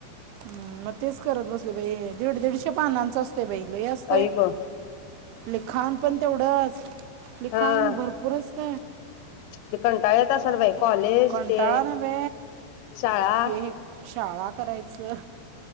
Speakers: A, on the right; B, on the left.
A: हम् मग तेच करत बसले बाई दीड दीडशे पानांच असते बाई लई असते
B: आई ग
A: लिखाण पण तेवढंच लिखाण
B: हा
A: भरपूरच त
B: ते कंटाळा येत असल बाई कॉलेज
A: कंटाळा
B: ते
A: ना बे
B: शाळा
A: हे हि शाळा करायचं